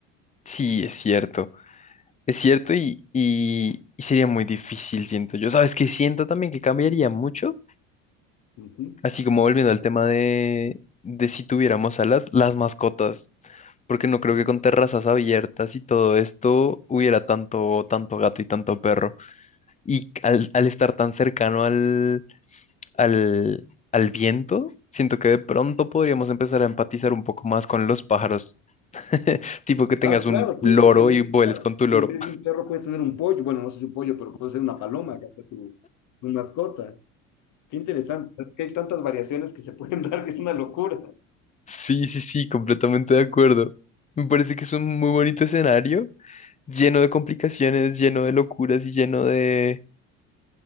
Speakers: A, on the left (about 20°); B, on the left (about 50°).
A: Sí, es cierto. Es cierto y, y, y sería muy difícil, siento yo. ¿Sabes qué? Siento también que cambiaría mucho,
B: Ujú.
A: así como volviendo al tema de, de si tuviéramos alas, las mascotas, porque no creo que con terrazas abiertas y todo esto hubiera tanto, tanto gato y tanto perro. Y al, al estar tan cercano al, al, al viento, siento que de pronto podríamos empezar a empatizar un poco más con los pájaros, <laughs> tipo que tengas
B: Ah, claro,
A: un loro
B: puede ser que en vez
A: y vueles
B: de, claro,
A: con tu loro.
B: en vez de un perro puedes tener un pollo. Bueno, no sé si un pollo, pero puede ser una paloma, que hace tu, tu mascota. Qué interesante. O sea, Es que hay tantas variaciones que se pueden <laughs> dar que es una locura.
A: Sí, sí, sí, completamente de acuerdo. Me parece que es un muy bonito escenario, lleno de complicaciones, lleno de locuras y lleno de,